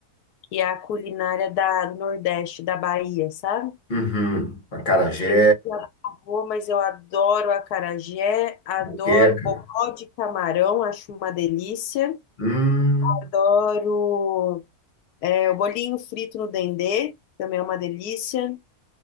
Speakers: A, on the left (about 80°); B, on the left (about 35°).
A: que é a culinária da, do Nordeste, da Bahia, sabe?
B: Uhum. Acarajé,
A: Não sei se você já provou, mas eu adoro acarajé, adoro
B: moqueca.
A: bobó de camarão, acho uma delícia.
B: Hum,
A: Adoro É, o bolinho frito no dendê também é uma delícia.